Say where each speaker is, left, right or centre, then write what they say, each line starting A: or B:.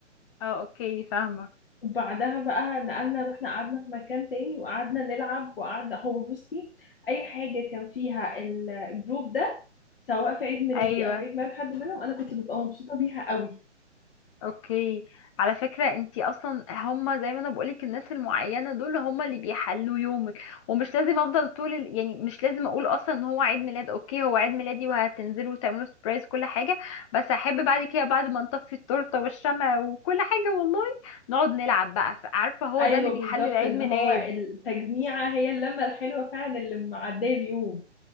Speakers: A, on the left (about 25°); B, on the left (about 50°).
A: اه اوكي فاهمة
B: وبعدها بقى نقلنا رحنا قعدنا في مكان تاني وقعدنا نلعب وقعدنا هو بصي أي حاجة كان فيها الجروب ده سواء في عيد ميلادي
A: ايوه
B: أو عيد ميلاد حد منهم أنا كنت ببقى مبسوطة بيها قوي
A: اوكي على فكرة انتي اصلا هما زي ما انا بقولك الناس المعينة دول هما اللي بيحلوا يومك ومش لازم افضل طول ال... يعني مش لازم اقول اصلا ان هو عيد ميلاد اوكي هو عيد ميلادي وهتنزلوا وتعملوا سبرايز كل حاجة بس احب بعد كده بعد ما نطفي التورتة والشمع وكل حاجة والله نقعد نلعب بقى ف- عارفة هو
B: أيوة
A: ده اللي بيحل
B: بالظبط
A: العيد
B: إن
A: ميلاد
B: هو التجميعة هي اللمة الحلوة فعلا اللي معدية اليوم